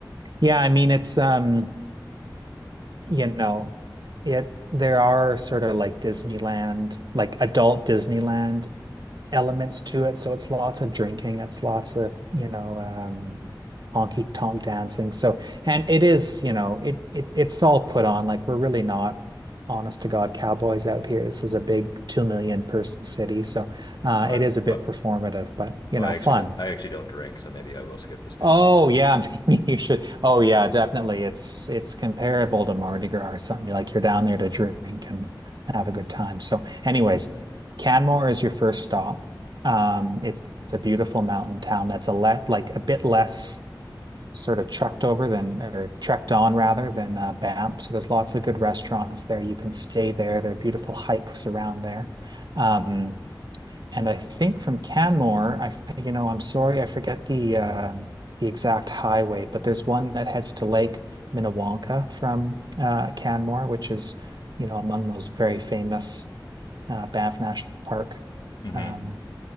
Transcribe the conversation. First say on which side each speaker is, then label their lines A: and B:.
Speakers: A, on the right (about 60°); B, on the left (about 60°).
A: Yeah, I mean it's um, you know, it there are sort of like Disneyland, like adult Disneyland elements to it. So it's lots of drinking, it's lots of, you know, um, honky tonk dancing. So, and it is, you know, it, it it's all put on. Like we're really not honest to God cowboys out here. This is a big two million person city. So uh,
B: What?
A: it is a
B: What?
A: bit performative, but you
B: Well,
A: know,
B: I actually,
A: fun.
B: do, I actually don't drink, so maybe I will skip the Stampede
A: Oh yeah, <laughs> maybe you should. Oh yeah, definitely. It's it's comparable to Mardi Gras or something. Like you're down there to drink and have a good time. So, anyways, Canmore is your first stop. Um, it's it's a beautiful mountain town that's a let like a bit less sort of trucked over than or trekked on rather than uh, Banff. So there's lots of good restaurants there. You can stay there. There are beautiful hikes around there. Um, and I think from Canmore, I you know, I'm sorry, I forget the um, the exact highway, but there's one that heads to Lake Minnewanka from uh, Canmore, which is, you know, among those very famous uh, Banff National Park.
B: then.
A: Um,
B: hmm